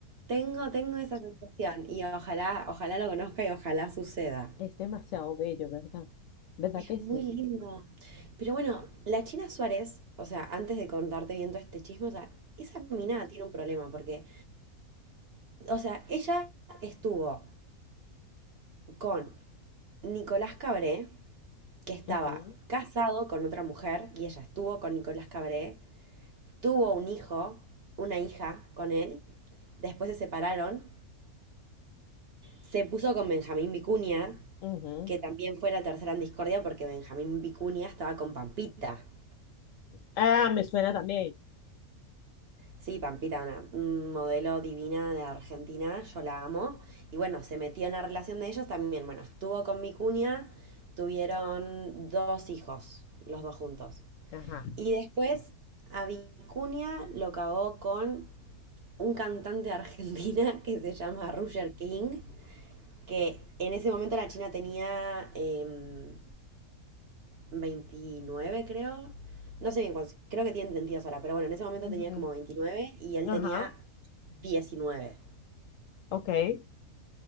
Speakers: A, on the right; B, on the left.
A: tengo, tengo esa sensación y ojalá, ojalá lo conozca y ojalá suceda.
B: Es demasiado bello, ¿verdad? ¿Verdad
A: Es
B: que
A: muy
B: sí?
A: lindo. Pero bueno, la China Suárez, o sea, antes de contarte bien todo este chisme, o sea, esa mina tiene un problema porque, o sea, ella estuvo con Nicolás Cabré, que estaba
B: Ujú,
A: casado con otra mujer, y ella estuvo con Nicolás Cabré, tuvo un hijo, una hija con él, después se separaron, se puso con Benjamín Vicuña,
B: ujú, ujú.
A: que también fue la tercera en discordia porque Benjamín Vicuña estaba con Pampita.
B: Ah, me suena también.
A: Sí, Pampita, una un modelo divina de Argentina, yo la amo. Y bueno, se metió en la relación de ellos también. Bueno, estuvo con mi cuña, tuvieron dos hijos, los dos juntos.
B: Ajá.
A: Y después a Vicuña lo cagó con un cantante de Argentina <laughs> que se llama Roger King, que en ese momento la China tenía em, veintinueve creo. No sé bien cuántos, creo que tienen 22 ahora, pero bueno, en ese momento
B: Ujú,
A: tenía como 29 y él
B: Ajá,
A: tenía diecinueve
B: ok.